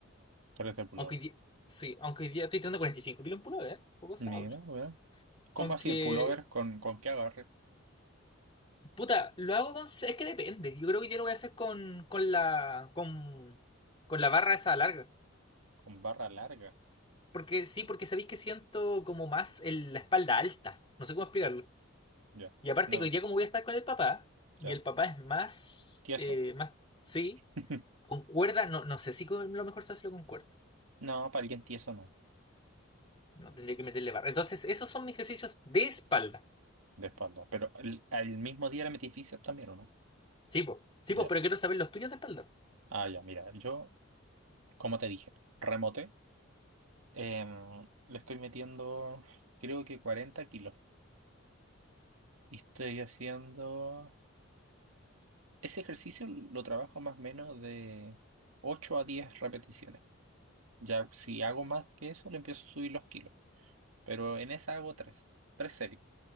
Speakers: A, on the right; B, on the left.
A: Parece pullover.
B: Aunque hoy di- sí, aunque hoy día estoy tirando 45 kilos en pullover, ¿eh? Poco se
A: Mira,
B: habla.
A: vea. ¿Cómo
B: Aunque
A: así el pullover? ¿Con, con qué agarre?
B: Puta, lo hago con... Es que depende. Yo creo que yo lo voy a hacer con, con la... Con, con la barra esa larga.
A: Con barra larga.
B: Porque sí, porque sabéis que siento como más el- la espalda alta. No sé cómo explicarlo.
A: Ya.
B: Y aparte
A: No,
B: que hoy día como voy a estar con el papá, y
A: ya.
B: el papá es más...
A: ¿Tieso?
B: eh, más... Sí,
A: <laughs>
B: con cuerda. No, no sé si con- lo mejor se hace con cuerda.
A: No, para alguien tieso no.
B: No tendría que meterle barra. Entonces, esos son mis ejercicios de espalda.
A: De espalda. Pero el, al mismo día le metí bíceps también, ¿o no?
B: Sí, po. Sí,
A: Ya.
B: po, pero quiero saber los tuyos de espalda.
A: Ah, ya, mira. Yo, como te dije, remote. em, le estoy metiendo, creo que 40 kilos. Y estoy haciendo... Ese ejercicio lo trabajo más o menos de 8 a 10 repeticiones. Ya si hago más que eso, le empiezo a subir los kilos. Pero en esa hago tres, tres series,